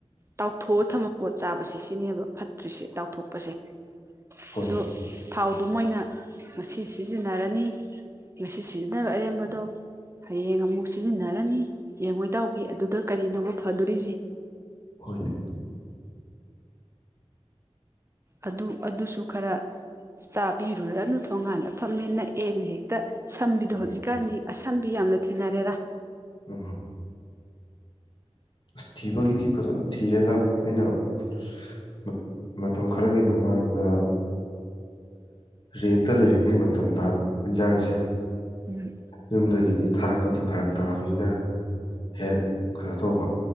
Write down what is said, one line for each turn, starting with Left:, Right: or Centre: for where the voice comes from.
Right: ꯇꯥꯎꯊꯣꯛꯑ ꯊꯝꯕ ꯄꯣꯠ ꯆꯥꯕ ꯁꯤꯁꯤꯅꯦ ꯍꯥꯏꯕ ꯐꯠ ꯛꯇ꯭ꯔꯤꯁꯤ ꯇꯥꯎꯊꯣꯛꯄꯁꯦ
Left: ꯍꯣꯏ
Right: ꯑꯗꯨ ꯊꯥꯎꯗꯨ ꯃꯣꯏꯅ ꯉꯁꯤ ꯁꯤꯖꯤꯟꯅꯔꯅꯤ ꯉꯁꯤ ꯁꯤꯖꯤꯟꯅꯕ ꯑꯔꯦꯝꯕꯗꯣ ꯍꯌꯦꯡ ꯑꯃꯨꯛ ꯁꯤꯖꯤꯟꯅꯔꯅꯤ ꯌꯦꯡꯉꯣꯏ ꯇꯥꯎꯕꯤ ꯑꯗꯨꯗ ꯀꯔꯤꯅꯣꯕ ꯐꯗꯣꯔꯤꯁꯦ
Left: ꯍꯣꯏꯅꯦ
Right: ꯑꯗꯨ ꯑꯗꯨꯁꯨ ꯈꯔ ꯆꯥꯕꯤꯔꯨꯔꯅꯨ ꯊꯣꯡꯉꯥꯟꯗ ꯐꯝꯃꯦꯅ ꯑꯦꯅ ꯍꯦꯛꯇ ꯁꯝꯕꯤꯗꯣ
Left: ꯎꯝ
Right: ꯍꯧꯖꯤꯛꯀꯥꯟꯗꯤ ꯑꯁꯝꯕꯤ ꯌꯥꯝꯅ ꯊꯤꯅꯔꯦꯔꯥ
Left: ꯎ ꯑꯁ ꯊꯤꯕꯒꯤꯗꯤ ꯐꯖꯅ ꯊꯤꯔꯦꯗ ꯑꯩꯅ <unintelligible> ꯃꯇꯝ ꯈꯔꯒꯤ ꯃꯃꯥꯡꯗ ꯔꯦꯟꯇ ꯂꯩꯔꯤꯉꯩ ꯃꯇꯝꯗ ꯏꯟꯖꯥꯡꯁꯦ
Right: ꯎꯝ
Left: ꯌꯨꯝꯗꯒꯤꯗꯤ ꯊꯥꯔꯛꯄꯗꯤ ꯐꯔꯛ ꯇꯥꯕꯅꯤꯅ ꯍꯦꯛ ꯀꯩꯅꯣ ꯇꯧꯕ